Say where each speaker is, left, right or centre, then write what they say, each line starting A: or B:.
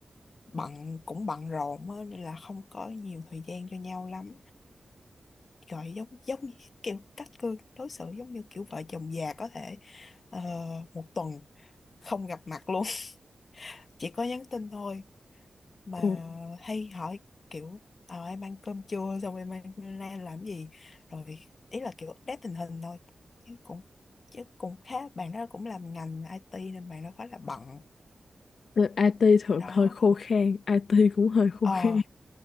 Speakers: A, on the left (about 55°); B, on the left (about 85°).
A: bận cũng bận rộn á nên là không có nhiều thời gian cho nhau lắm gọi giống giống như kiểu cách cư đối xử giống như kiểu vợ chồng già có thể ờ, một tuần không gặp mặt luôn <laughs> chỉ có nhắn tin thôi mà
B: Ồ.
A: hay hỏi kiểu ờ, em ăn cơm chưa xong em ăn ra làm gì rồi ý là kiểu update tình hình thôi chứ cũng chứ cũng khá bạn đó cũng làm ngành IT nên bạn đó khá là bận
B: Ừ, IT thường
A: đó
B: hơi khô khan IT cũng hơi khô
A: ờ
B: khan